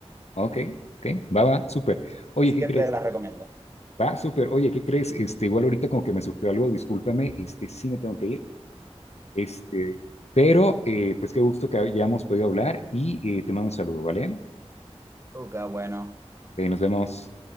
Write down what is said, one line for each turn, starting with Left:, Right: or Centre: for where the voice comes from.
Left: ok, ok, va, va, súper. Oye,
Right: Así
Left: ¿qué
Right: que
Left: crees?
Right: te las recomiendo.
Left: Va, súper. Oye, ¿qué crees? Este, igual ahorita como que me surgió algo, discúlpame, este, sí me tengo que ir, este, pero eh, pues qué gusto que hayamos podido hablar y eh, te mando un saludo, ¿vale?
Right: Uca, bueno,
Left: Eh, nos vemos.